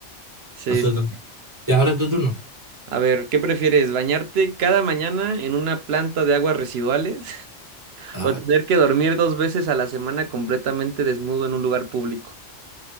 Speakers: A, on the right (about 65°); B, on the right (about 15°).
A: Sí,
B: absolutamente.
A: sí.
B: Y ahora es tu turno.
A: A ver, ¿qué prefieres? ¿Bañarte cada mañana en una planta de aguas residuales <laughs>
B: Ah,
A: o tener que dormir dos veces a la semana completamente desnudo en un lugar público?